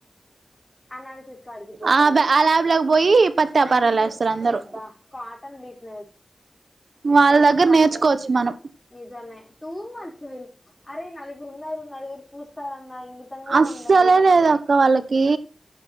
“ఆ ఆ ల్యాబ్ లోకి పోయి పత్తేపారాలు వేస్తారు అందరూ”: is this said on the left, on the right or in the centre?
Right